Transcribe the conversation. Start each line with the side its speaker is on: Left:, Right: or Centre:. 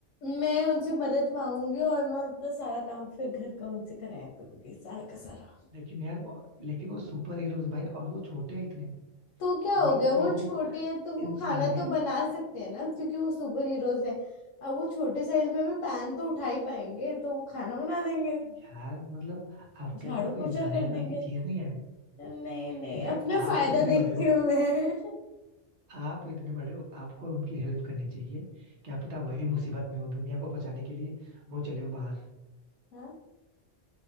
Left: मैं उनसे मदद मांगूंगी और मैं अपना सारा काम फिर घर का उनसे कराया करूंगी सारा का सारा
Right: लेकिन यार वो लेकिन वो सुपर हीरोज भाई और वो छोटे हैं इतने
Left: तो क्या हो
Right: मतलब
Left: गया
Right: कोई
Left: वो
Right: वो
Left: छोटे हैं तो वो
Right: इंसानियत
Left: खाना तो बना सकते हैं ना क्योंकि वो सुपर हीरोज हैं अब वो छोटे साइज में भी पैन तो उठा ही पाएंगे तो वो खाना बना देंगे
Right: यार मतलब आपके
Left: झाड़ू
Right: अंदर
Left: पोछा
Right: कोई इंसानियत
Left: कर
Right: नाम
Left: देंगे
Right: की चीज नहीं है
Left: नहीं नहीं
Right: इनफैक्ट
Left: अपना फायदा
Right: आप इतने
Left: देखती
Right: बड़े हो
Left: हूँ मैं
Right: आप इतने बड़े हो आपको उनकी हेल्प करनी चाहिए क्या पता वही मुसीबत में हो दुनिया को बचाने के लिए वो चले हो बाहर
Left: <laughs>